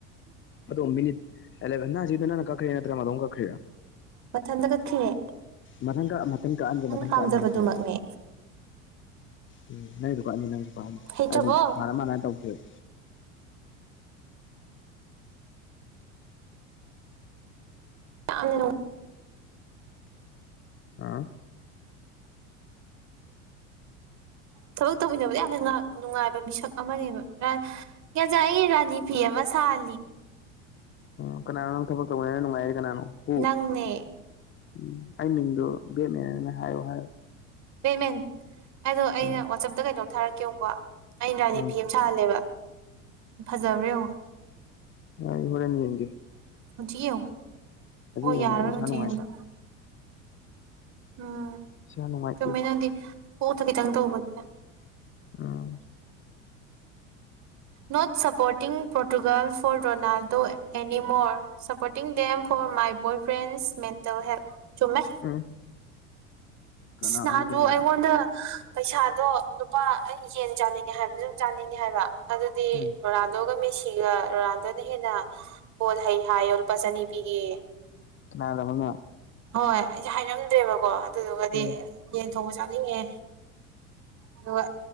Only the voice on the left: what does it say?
ꯑꯗꯣ ꯃꯤꯅꯤꯠꯂꯦꯟ ꯅꯗ ꯅꯪ ꯀꯈ꯭ꯔꯦ ꯅꯠꯇ꯭ꯔꯗ ꯀꯈ꯭ꯔꯔꯤ
ꯃꯊꯪ ꯀꯛ ꯃꯊꯪ ꯀꯛꯑꯟꯒꯦ ꯃꯊꯪ
ꯀꯛꯑꯃꯦꯅ ꯐꯣꯏ ꯎꯝ ꯅꯪꯁꯨ ꯀꯛꯑꯅꯤ ꯅꯪꯁꯨ ꯀꯛꯑꯅꯤ
ꯍꯥꯏꯗꯤ ꯃꯥꯅ ꯃꯥꯅ ꯇꯧꯁꯦꯕ
ꯑ
ꯎ ꯀꯅꯥꯅꯣ ꯅꯪ ꯊꯕꯛ ꯇꯧꯅꯅ ꯅꯨꯡꯉꯥꯏꯔꯤ ꯀꯅꯥꯅꯣ ꯍꯨ
ꯎꯝ ꯑꯩ ꯃꯤꯡꯗꯣ ꯕꯦꯠꯅꯦꯅ ꯍꯥꯏꯌꯣ ꯍꯥꯏꯔ
ꯎꯝ
ꯎꯝ
ꯑ ꯍꯔꯦꯟꯅꯤ ꯌꯦꯦ
ꯌꯦꯡꯉꯣ
ꯑꯩ ꯏꯁꯥ
ꯅꯨꯡꯉꯥꯏꯇꯦ
ꯏꯁꯥ ꯅꯨꯡꯉꯥꯏꯇꯦ
ꯑꯥ
ꯎꯝ ꯀꯅꯥꯅꯣꯗꯅꯦꯕ
ꯎꯝ
ꯅ ꯂꯣꯅ
ꯎꯝ